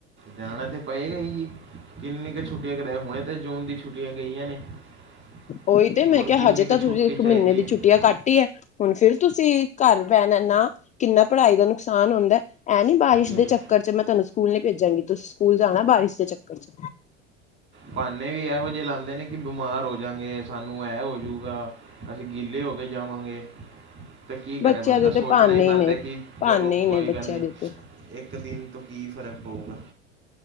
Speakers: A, on the right; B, on the left.
A: ਜਾਣਾ ਤਾਂ ਪਏਗਾ ਹੀ, ਕਿੰਨੀ ਕੁ ਛੁੱਟੀਆਂ ਕਰਾਏ ਹੁਣੇ ਤਾਂ ਜੂਨ ਦੀ ਛੁੱਟੀਆਂ ਗਈਆਂ ਨੇ। <unintelligible>
B: ਉਹੀ ਤੇ
A: ਹੋਰ
B: ਮੈਂ ਕਿਹਾ
A: ਕਿੰਨੀ
B: ਹਜੇ
A: ਕੁ
B: ਤਾਂ
A: ਛੁੱਟੀ
B: ਤੁਸੀਂ ਇੱਕ
A: ਚਾਹੀਦੀ
B: ਮਹੀਨੇ ਦੀ
A: ਹੈ
B: ਛੁੱਟੀਆਂ ਘੱਟ ਹੀ ਹੈ ਹੁਣ ਫਿਰ ਤੁਸੀਂ ਘਰ ਬਹਿਣ ਏ ਨਾ, ਕਿੰਨਾ ਪੜ੍ਹਾਈ ਦਾ ਨੁਕਸਾਨ ਹੁੰਦਾ। ਐਂ ਨੀ ਬਾਰਿਸ਼
A: ਜੀ
B: ਦੇ ਚੱਕਰ ਚ ਮੈਂ ਤੁਹਾਨੂੰ ਸਕੂਲ ਨੀ ਭੇਜਾਂਗੀ ਤੁਸੀ ਸਕੂਲ ਜਾਣਾ ਬਾਰਿਸ਼ ਦੇ ਚੱਕਰ ਚ।
A: ਬਹਾਨੇ ਵੀ ਇਹੋ ਜਿਹੇ ਲਾਂਦੇ ਨੇ ਕਿ ਬੀਮਾਰ ਹੋ ਜਾਂਗੇ ਸਾਨੂੰ ਇਹ ਹੋਜੂਗਾ ਅਸੀਂ ਗਿੱਲੇ ਹੋ ਕੇ ਜਾਵਾਂਗੇ। ਤੇ ਕੀ ਕਰੇ
B: ਬੱਚਿਆਂ
A: ਬੰਦਾ
B: ਦੇ ਤੇ
A: ਸੋਚਣਾ
B: ਭਾਨੇ
A: ਹੀ ਪੈਂਦਾ
B: ਨੇ
A: ਕਿ
B: ਭਾਨੇ
A: ਚਲੋ
B: ਹੀ
A: ਕੋਈ
B: ਨੇ ਬੱਚਿਆਂ
A: ਗੱਲ ਨੀ।
B: ਦੇ ਤੇ
A: ਇੱਕ ਦਿਨ ਤੋਂ ਕੀ ਫ਼ਰਕ ਪਊਗਾ।